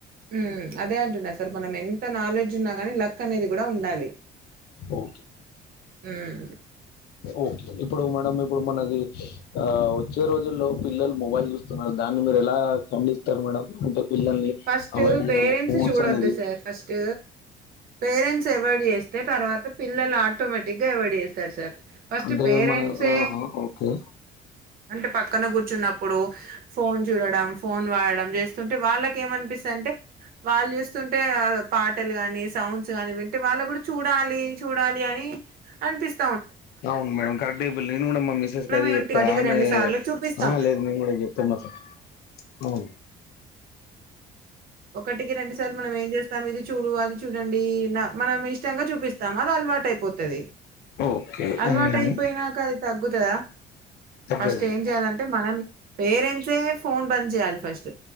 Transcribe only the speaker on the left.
ఒకే
ఓకే ఇప్పుడు మేడం ఇప్పుడు మనకి ఆ వచ్చే రోజుల్లో పిల్లలు మొబైల్ చూస్తున్నారు దాన్ని మీరు ఎలా ఖండిస్తారు మేడం అంటే పిల్లల్ని
అవాయిడ్ చేయాలి
ఫోన్స్
అనేది
అంటే
మన ఆహా, ఓకే
అవును మేడమ్ కర నేను కూడ మిసెస్
కి అదే
చెప్త
ఆమె
ఆహా లేద నేను కూడ చెప్త అనమాట అవు
ఓకే
ఉమ్,
తగ్గది